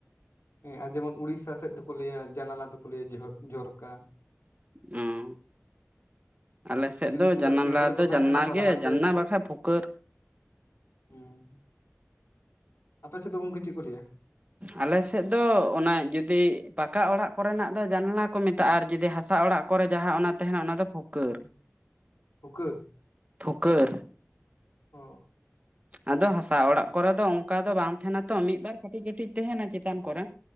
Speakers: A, on the left; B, on the right.
A: ᱦᱮᱸ ᱟᱨ ᱡᱮᱢᱚᱱ ᱩᱲᱤᱥᱥᱟ ᱥᱮᱫ ᱫᱚᱠᱚ ᱞᱟᱹᱭᱟ ᱡᱟᱱᱟᱞᱟ ᱫᱚᱠᱚ ᱞᱟᱹᱭᱟ ᱡᱚᱨᱠᱟ
B: ᱚᱼ ᱟᱞᱮᱥᱮᱫ
A: ᱠᱤᱪᱷᱩ
B: ᱫᱚ
A: ᱠᱤᱪᱷᱩ
B: ᱡᱟᱱᱟᱞᱟ
A: ᱜᱟᱛᱮ ᱜᱤᱫᱽᱨᱟᱹ
B: ᱫᱚ
A: ᱠᱚ ᱛᱟᱦᱮᱸ
B: ᱡᱟᱱᱱᱟ
A: ᱠᱟᱱᱟ ᱛᱚ
B: ᱜᱮ
A: ᱞᱟᱦᱟᱛᱮ
B: ᱡᱟᱱᱱᱟ ᱵᱟᱠᱷᱟᱡ ᱯᱷᱩᱠᱟᱹᱨ
A: ᱦᱮᱸ ᱟᱯᱮ ᱥᱮᱫ ᱫᱚ ᱜᱚᱢᱠᱮ ᱪᱮᱫ ᱠᱚ ᱞᱟᱹᱭᱟ
B: ᱟᱞᱮ ᱥᱮᱫ ᱫᱚ ᱚᱱᱟ ᱡᱩᱫᱤ ᱯᱟᱠᱟ ᱚᱲᱟᱜ ᱠᱚᱨᱮᱱᱟᱜ ᱫᱚ ᱡᱟᱱᱟᱞᱟ ᱠᱚ ᱢᱮᱛᱟᱜᱼᱟ ᱟᱨ ᱡᱩᱫᱤ ᱦᱟᱥᱟ ᱚᱲᱟᱜ ᱠᱚᱨᱮ ᱡᱟᱦᱟᱸ ᱚᱱᱟ ᱛᱟᱦᱮᱱᱟ ᱚᱱᱟ ᱫᱚ ᱯᱩᱠᱟᱹᱨ
A: ᱳᱩᱠᱟᱹ
B: ᱯᱷᱩᱠᱟᱹᱨ
A: ᱚ
B: ᱟᱫᱚ ᱦᱟᱥᱟ ᱚᱲᱟᱜ ᱠᱚᱨᱮ ᱫᱚ ᱚᱱᱠᱟ ᱫᱚ ᱵᱟᱝ ᱛᱟᱦᱮᱸᱱᱟ ᱛᱚ ᱢᱤᱫᱵᱟᱨ ᱠᱟᱹᱴᱤᱡ ᱠᱟᱹᱴᱤᱡ ᱛᱟᱦᱮᱱᱟ ᱪᱮᱛᱟᱱ ᱠᱚᱨᱮ